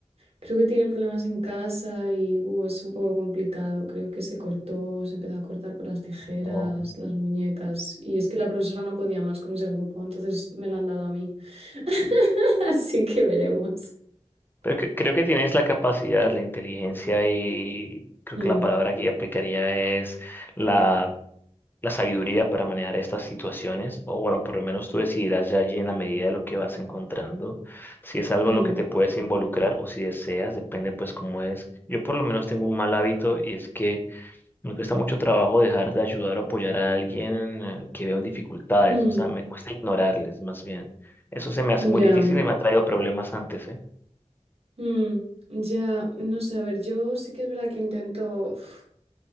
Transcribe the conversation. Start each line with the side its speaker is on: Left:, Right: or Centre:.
Right: creo que tiene problemas en casa y uh, es un poco complicado, creo que se cortó, se empezó a cortar con las tijeras,
Left: No.
Right: las muñecas y es que la profesora no podía más con ese grupo, entonces me lo han dado a mí. <laughs> Así que veremos.
Left: Pero que- creo que tienes la capacidad, la inteligencia y creo
Right: Mm,
Left: que la palabra que yo aplicaría es la, la sabiduría para manejar estas situaciones. O bueno, por lo menos tú decidirás ya allí en la medida de lo que vas encontrando. Si es algo
Right: mm,
Left: en lo que te puedes involucrar o si deseas, depende pues cómo es. Yo por lo menos tengo un mal hábito y es que Me cuesta mucho trabajo dejar de ayudar o apoyar a alguien eh, que veo en dificultades,
Right: mm,
Left: o sea, me cuesta ignorarles más bien. Eso se me hace
Right: ya,
Left: muy difícil y me ha traído problemas antes, ¿eh?
Right: mm, ya, no sé, a ver, yo sí que es verdad que intento, uf,